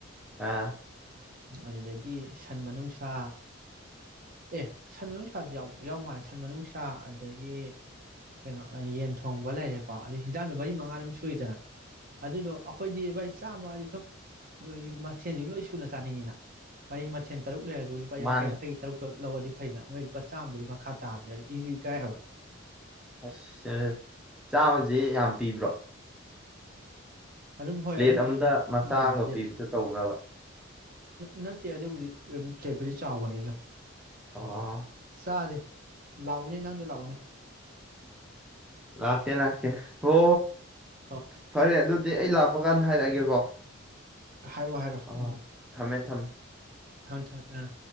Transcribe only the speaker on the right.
ꯑꯗꯨꯗꯒꯤ ꯁꯟ ꯃꯅꯨꯡꯁꯥ ꯑꯦ ꯁꯟ ꯃꯅꯨꯡꯁꯥꯁꯨ ꯌꯥꯎ ꯌꯥꯎ ꯃꯥꯜꯂꯦ ꯁꯟ ꯃꯅꯨꯡꯁꯥ ꯑꯗꯒꯤ ꯀꯩꯅꯣ ꯌꯦꯟ ꯊꯣꯡꯕ ꯂꯩꯔꯦꯀꯣ ꯑꯗꯨ ꯍꯤꯟꯖꯥꯡꯗꯣ ꯃꯔꯤ ꯃꯉꯥ ꯑꯗꯨꯝ ꯁꯨꯏꯗꯅ ꯑꯗꯨꯗꯣ ꯑꯈꯣꯏꯗꯤ ꯚꯥꯏ ꯆꯥꯕ ꯍꯥꯏꯗꯤ ꯁꯨꯝ ꯃꯊꯦꯜꯁꯤ ꯂꯣꯏ ꯁꯨꯅ ꯆꯥꯅꯤꯡꯉꯤꯅ ꯋꯥꯔꯤ ꯃꯊꯦꯜ ꯇꯔꯨꯛ ꯂꯩꯔꯁꯨ ꯂꯨꯄꯥ ꯌꯥꯡꯈꯩ
ꯌꯥꯡꯈꯩꯒꯤ ꯇꯔꯨꯛꯇꯨ ꯂꯧꯔꯗꯤ ꯐꯩꯅ ꯃꯣꯏ ꯂꯨꯄꯥ ꯆꯥꯝꯃꯗꯩ ꯃꯈꯥ ꯇꯥꯗꯦ ꯏꯁꯨ ꯏꯀꯥꯏ ꯍꯥꯏꯕ
<inaudible>
ꯑꯗꯨꯕꯨꯗꯤ
ꯑꯗꯨꯝ
ꯌꯥꯕꯁꯦ
ꯅꯠꯇꯦ ꯑꯗꯨꯕꯨꯗꯤ ꯑꯗꯨꯝ ꯄꯂ꯭ꯦꯠꯄꯨꯗꯤ ꯆꯥꯎꯕꯅꯤ ꯗꯨꯝ
ꯆꯖꯦ ꯂꯥꯎꯅꯦ ꯅꯪꯗ ꯂꯥꯎꯅꯦ
ꯍꯣꯏ
ꯍꯥꯏꯔꯛꯑꯣ ꯍꯥꯏꯔꯣ
ꯎꯝ
ꯊꯝ ꯊꯝ ꯑꯝ